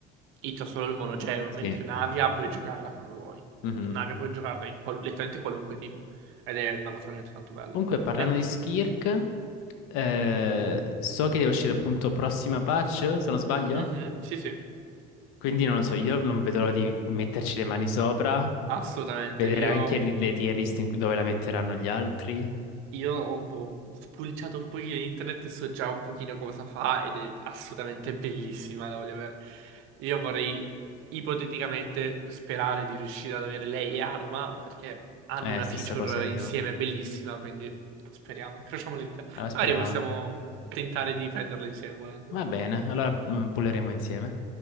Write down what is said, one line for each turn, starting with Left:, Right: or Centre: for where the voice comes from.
Right: Ito ha solo il monogeo,
Left: Sì.
Right: mentre Navia puoi giocarla come vuoi.
Left: Mhm.
Right: Navia puoi giocarla in qual- letteralmente qualunque team. Ed è una cosa veramente tanto bella.
Left: Comunque, parlando
Right: E-
Left: di Skirk, eh, so che deve uscire appunto prossima patch, se non sbaglio.
Right: Mhm, sì, sì,
Left: Quindi non lo so, io non vedo l'ora di metterci le mani sopra,
Right: assolutamente.
Left: vedere
Right: Io
Left: anche le le tier list in cui- dove la metteranno gli altri.
Right: Io ho, ho spulciato un pochino in internet e so già un pochino cosa fa ed è assolutamente bellissima la voglio avere. Io vorrei ipoteticamente sperare di riuscire ad avere lei e Arma perché hanno
Left: Eh,
Right: una
Left: stessa
Right: feature
Left: cosa io.
Right: insieme bellissima, quindi speriamo, incrociamo le dita.
Left: Allora speriamo.
Right: Magari possiamo tentare di prenderle insieme volendo.
Left: Va bene, allora mm, pulleremo insieme.